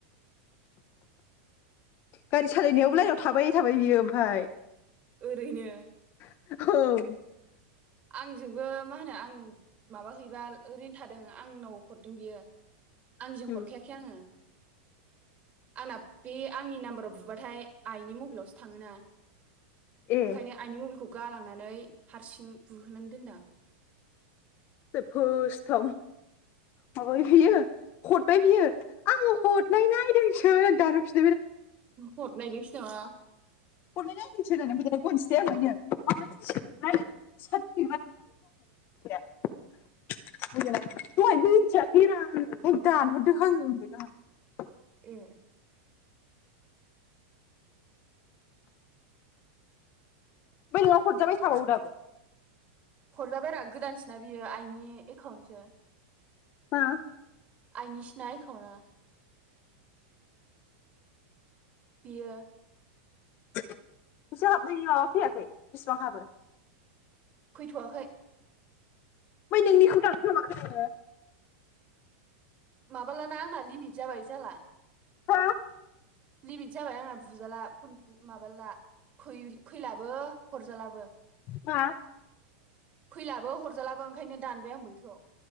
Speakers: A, on the left; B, on the right.
A: गारि सालायनायावबो लाइनाव थाबाय थाबाय बियो ओमफाय
B: ओरैनो
A: औ
B: आंजोंबो मा होनो आं माबा हैबा ओरैनो थादों आंनाव हरदों बियो आंजों
A: उम,
B: हरखायाखै आंङो आंना बे आंनि नाम्बाराव बुबाथाय आइनि मबाइलावसो थांङोना
A: ए
B: ओंखायनो आइनि मबायलखौ गालांनानै हारसिं बुहोनानै दोनदां आं
A: फोर्स्टआव माबाय बियो हरबाय बियो आंङो हरनाय नायदोंसो होनदो आ
B: हदनायनि दा
A: हरनाय नायदोंसो <unintelligible> <unintelligible> दहाय मिनथिया हिरा आंङो दानहरदो होनबाय दा
B: ए
A: बै नआव हरजाबाय थाबावो दाबो
B: हरजाबायरा गोदानसोना बियो आइनि एकाउन्टसो
A: मा
B: आइनिसिना एकाउन्ट ना बेयो
A: फैसा हाबनायनि माबा फैयाखै बिसिबां हाबो?
B: फैथ'वाखै।
A: ओमफ्राय नोंनिखौ दानखोना माखो नोङो?
B: माबालाना आंना लिमिट जाबाय जाला।
A: हो
B: लिमिट जाबाय आंना बुजाला फन माबाला फैलाबो हरजालाबो।
A: हा?
B: फैलाबो हरजालाबो ओंखायनो दानबाय आं बैखौ।